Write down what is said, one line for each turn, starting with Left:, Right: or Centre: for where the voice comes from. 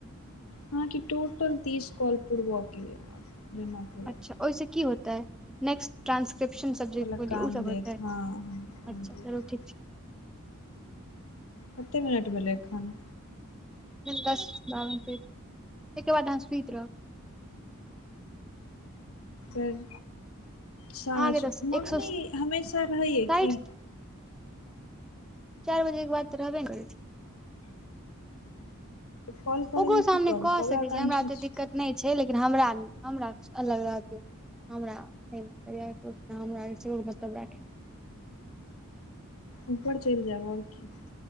Left: हा कि टोटल तीस कॉल पूरबक य। जेना पूरा
Centre: अच्छा ओहिसँ कि होतै? नेक्स्ट ट्रानंसक्रिप्शन सब्जेक्टके
Left: वला
Centre: लिए
Left: काम
Centre: ओ सभ
Left: देत
Centre: होतै।
Left: हँ हँ ओ
Centre: अच्छा
Left: देत
Centre: चलू ठीक छै।
Left: कते मिनट भेले एखन?
Centre: दस बाबन फेर एकरा बाद अहाँ सुत रहब।
Left: फेर साझ
Centre: अहाँके तऽ
Left: मम्मी
Centre: एक सए
Left: हमेशा रहैयै
Centre: साठि
Left: कि?
Centre: चार बजे बाद तऽ रहबै ने करे
Left: कॉल करैमे
Centre: ओकरो सामने
Left: की प्रॉब्लम
Centre: कहऽ
Left: कहबै
Centre: सकै
Left: आकांक्षा
Centre: छै हमरा त
Left: छै
Centre: दिक्कत नहि छै लेकिन हमरा हमरा अलग रहते। हमरा मतलब यौ हमरा मतल राखे।
Left: ऊपर चलि जाब आ कि